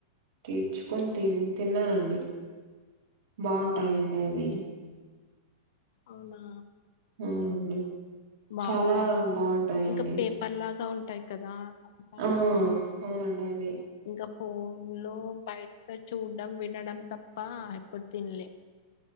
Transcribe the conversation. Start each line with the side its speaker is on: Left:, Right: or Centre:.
Right: తీర్చుకొని తి తిన్నానండి బాగుంటాయండి అవి
Left: అవునా
Right: అవునండి
Left: బాగుంటాయా
Right: చాలా బాగుంటాయండి
Left: ఇంక పేపర్ లాగా ఉంటాయి కదా అంతా
Right: ఆ అవునండి అవే
Left: ఇంకా ఫోన్ లో బయట చూడడం వినడం తప్ప ఎప్పుడు తినలే